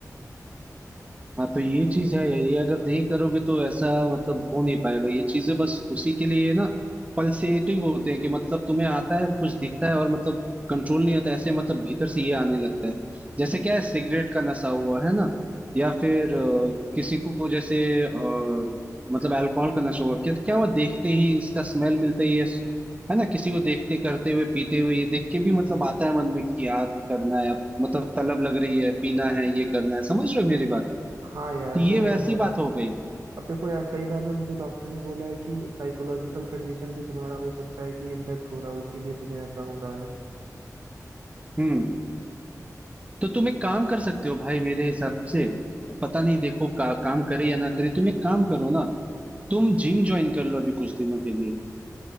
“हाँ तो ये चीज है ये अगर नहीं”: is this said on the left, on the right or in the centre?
Right